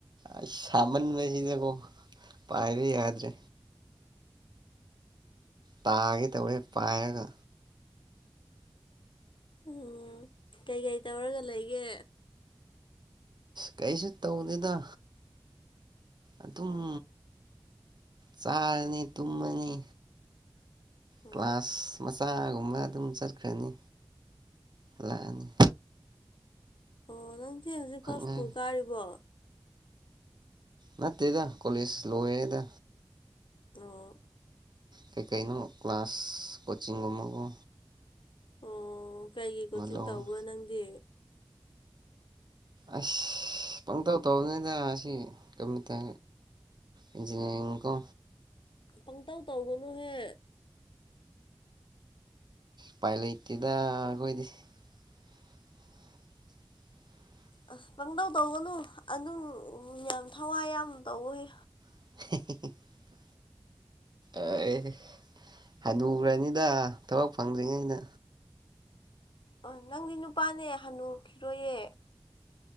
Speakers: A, on the right; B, on the left.
A: ꯑꯁ ꯁꯥꯃꯟꯕꯁꯤꯗꯕꯨꯣ ꯄꯥꯏꯕ ꯌꯥꯗ꯭ꯔꯦ ꯇꯥꯒꯦ ꯇꯧꯔꯦ ꯄꯥꯏꯔꯒ
B: ꯎꯝ ꯀꯩꯀꯩ ꯇꯧꯔꯒ ꯂꯩꯒꯦ
A: ꯀꯩꯁꯨ ꯇꯧꯅꯤꯅ ꯑꯗꯨꯝ ꯆꯥꯔꯅꯤ ꯇꯨꯝꯃꯅꯤ
B: ꯎꯝ
A: ꯀ꯭ꯂꯥꯁ ꯆꯥꯒꯨꯝꯕ ꯑꯗꯨꯝ ꯆꯠꯈ꯭ꯔꯅꯤ ꯂꯥꯛꯑꯅꯤ
B: ꯑꯣ ꯅꯪꯗꯤ ꯍꯧꯖꯤꯛꯐꯥꯎ
A: ꯉꯥꯏꯔꯦ
B: ꯁ꯭ꯀꯨꯜ ꯀꯥꯔꯤꯕꯣ
A: ꯅꯠꯇꯦꯗ ꯀꯂꯁ ꯂꯋꯦꯗ
B: ꯑꯣ
A: ꯀꯩꯀꯩꯅꯣ ꯀ꯭ꯂꯥꯁ ꯀꯣꯆꯤꯡꯒꯨꯝꯕꯕꯨ
B: ꯑꯣ ꯀꯩꯒꯤ ꯀꯣꯆꯤꯡ
A: ꯂꯧꯔ
B: ꯇꯧꯕ꯭ꯔꯣ ꯅꯪꯗꯤ
A: ꯑꯁ ꯄꯪꯇꯧ ꯇꯧꯕꯅꯤꯅ ꯑꯁꯤ ꯀ ꯇꯦ ꯏꯟꯖꯤꯅꯤꯌꯥꯔꯤꯡ ꯀꯣ
B: ꯄꯪꯇꯧ ꯇꯧꯒꯅꯨꯍꯦ
A: ꯄꯥꯏ ꯂꯩ ꯏꯦꯗ ꯀꯣꯏꯗꯤ <unintelligible>
B: ꯑꯁ ꯄꯪꯗꯧ ꯇꯧꯒꯅꯨ ꯑꯗꯨꯝ ꯌꯥꯝ ꯊꯋꯥꯏ ꯌꯥꯝ ꯇꯧ ꯍꯦ
A: <inaudible> ꯑꯦ ꯍꯅꯨꯈ꯭ꯔꯅꯤꯗ ꯊꯕꯛ ꯐꯪꯗ꯭ꯔꯤꯉꯩꯩꯅ
B: ꯑꯣ ꯅꯪꯗꯤ ꯅꯨꯄꯥꯅꯦ ꯍꯅꯔꯈꯤꯔꯣꯏꯌꯦ